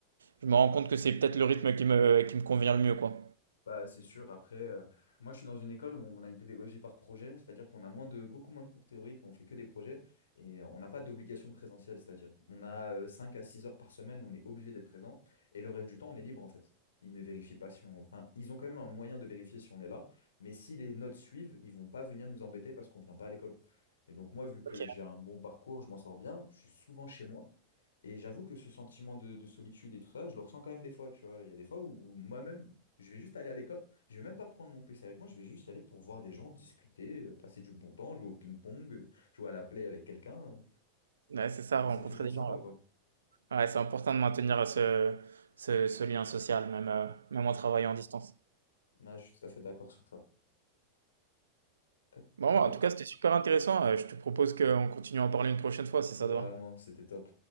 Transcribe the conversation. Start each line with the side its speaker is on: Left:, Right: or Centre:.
Right: je me rends compte que c'est peut-être le rythme qui me, qui me convient le mieux, quoi.
Left: Bah, c'est sûr. Après, euh, moi, je suis dans une école où on a une pédagogie par projet, c'est-à-dire qu'on a moins de, beaucoup moins de cours théoriques, on fait que des projets et on n'a pas d'obligation de présentiel, c'est-à-dire on a euh, 5 à six heures par semaine, on est obligé d'être présent et le reste du temps, on est libre en fait. Ils ne vérifient pas si on... Enfin, ils ont quand même un moyen de vérifier si on est là, mais si les notes suivent, ils vont pas venir nous embêter parce qu'on vient pas à l'école. Et donc moi, vu que
Right: Ok,
Left: j'ai un bon parcours, je m'en sors bien, je suis souvent chez moi. Et j'avoue que ce sentiment de, de solitude et tout ça, je le ressens quand même des fois, tu vois. Il y a des fois où moi-même, je vais juste aller à l'école, je vais même pas prendre mon PC avec moi, je vais juste y aller pour voir des gens, discuter, euh, passer du bon temps, jouer au ping-pong, euh, jouer à la play avec quelqu'un. euh.
Right: Ouais, c'est ça,
Left: Ah,
Right: rencontrer
Left: c'est toujours
Right: des
Left: sympa,
Right: gens. Ouais,
Left: quoi.
Right: Ouais, c'est important de maintenir ce, ce, ce lien social, même, euh, même en travaillant en distance.
Left: Ah, je suis tout à fait d'accord sur ça. Hop,
Right: Bon,
Left: euh,
Right: en tout cas, c'était super intéressant. Euh, Je te propose qu'on continue à en parler une prochaine fois, si ça
Left: Vraiment,
Right: te va.
Left: c'était top.